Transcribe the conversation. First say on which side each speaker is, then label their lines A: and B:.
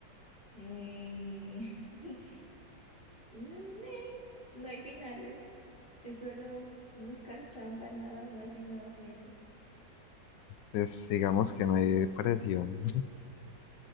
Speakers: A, on the left; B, on the left.
A: Eh, <laughs> no, no hay finales, es solo buscar chamba nada más y nada menos,
B: Pues digamos que no hay presión.